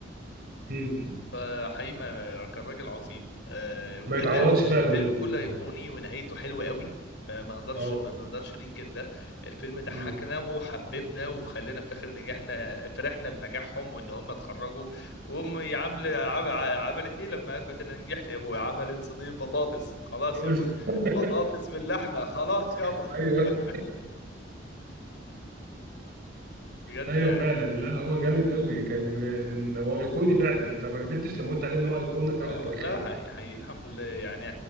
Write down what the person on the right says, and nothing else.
مم.
ما يتعوضش
فعلا وال
اه
مم.
<laughs>
ايوه
ايوه
فعلا لا هو جامد قوي كان من هو ايقوني فعلا انت ما كدبتش لما قلت عليه ان هو ايقونه فعلا
تاريخيه